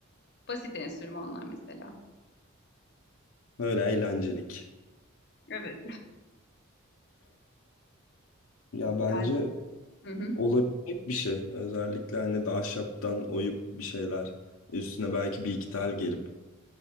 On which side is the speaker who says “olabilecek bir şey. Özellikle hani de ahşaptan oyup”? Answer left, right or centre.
Left